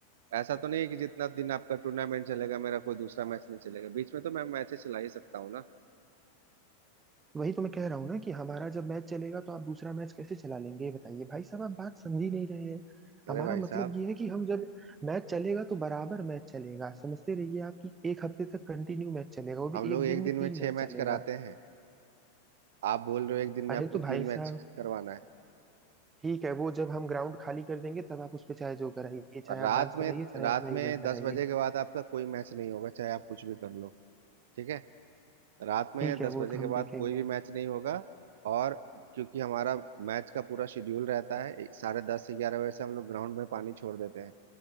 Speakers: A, on the right; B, on the right.
A: ऐसा तो नहीं है कि जितना दिन आपका टूर्नामेंट चलेगा मेरा कोई दूसरा मैच नहीं चलेगा बीच में तो मैं मैचेस चला ही सकता हूँ ना
B: वही तो मैं कह रहा हूँ ना कि हमारा जब मैच चलेगा तो आप दूसरा मैच कैसे चला लेंगे ये बताइए भाई साहब आप बात समझ ही नहीं रहे हैं
A: अरे
B: हमारा
A: भाई
B: मतलब
A: साहब
B: ये है कि हम जब मैच चलेगा तो बराबर मैच चलेगा समझते रहिए आप कि एक हफ्ते तक कंटिन्यू मैच चलेगा वो भी
A: हम लोग
B: एक
A: एक
B: दिन में
A: दिन
B: तीन
A: में छह
B: मैच
A: मैच
B: चलेगा
A: कराते हैं आप बोल रहे हो एक दिन में
B: अरे
A: आपको
B: तो भाई
A: तीन मैच
B: साहब
A: करवाना है
B: ठीक है वो जब हम ग्राउंड खाली कर देंगे तब आप उस पे चाहे जो कराइए चाहे
A: और रात
B: आप डांस
A: में
B: कराइए चाहे
A: रात
B: अपना
A: में
B: इवेंट
A: दस
B: कराइए
A: बजे के बाद आपका कोई मैच नहीं होगा चाहे आप कुछ भी कर लो ठीक है रात में
B: ठीक
A: दस
B: है वो
A: बजे
B: तो
A: के
B: हम
A: बाद
B: देखेंगे
A: कोई भी मैच नहीं होगा और क्योंकि हमारा मैच का पूरा शेड्यूल रहता है ए- साढ़े दस से ग्यारह बजे से हम लोग ग्राउंड में पानी छोड़ देते हैं